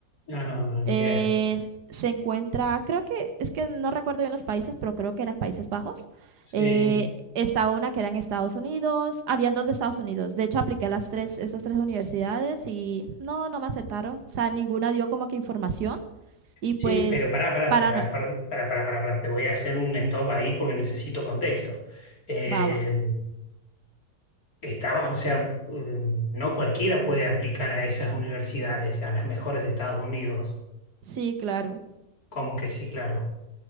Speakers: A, on the left; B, on the right.
A: No, no, no, ni
B: Eh,
A: idea.
B: se encuentra, creo que, es que no recuerdo bien los países, pero creo que eran Países Bajos.
A: Sí.
B: Eh, estaba una que era en Estados Unidos, había dos de Estados Unidos. De hecho, apliqué a las tres, esas tres universidades y no, no me aceptaron. O sea, ninguna dio como que información y pues
A: Sí, pero pará, pará,
B: para
A: pará,
B: no,
A: pará, pará, pará, pará, pará. Te voy a hacer un stop ahí porque necesito contexto. Eh,
B: baba.
A: estabas, o sea, eh, no cualquiera puede aplicar a esas universidades, a las mejores de Estados Unidos.
B: Sí, claro.
A: Como que sí, claro.